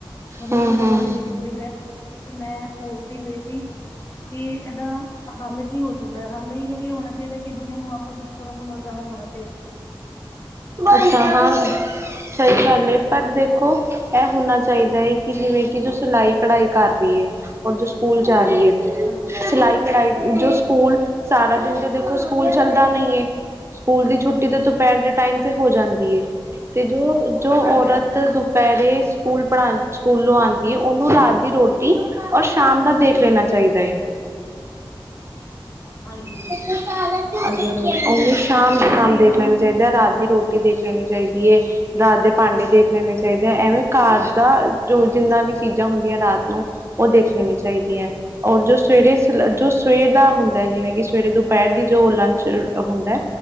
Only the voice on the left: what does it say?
ਮਤਲਬ
ਉਹ
ਉਹਨਾਂ ਦੇ ਵਿੱਚ ਬੜੀ ਬਹਿਸ ਹੋ ਗੀ ਸੀ ਤੇ ਮੈਂ ਸੋਚਦੀ ਪਈ ਸੀ ਕਿ ਏਦਾ ਹੱਲ ਕੀ ਹੋ ਸਕਦੇ? ਹੱਲ ਇਹ ਹੀ ਹੋਣਾ ਚਾਹੀਦੈ ਕਿ ਬੰਦੇ ਨੂੰ ਆਪਸ ਥੋੜਾ ਸਮਝਦਾਰ ਹੋਨਾ
ਜੀ
ਹਾਂਜੀ ਹਾਂਜੀ
ਹਾਂਜੀ
ਹਾਂਜੀ
ਹਾਂ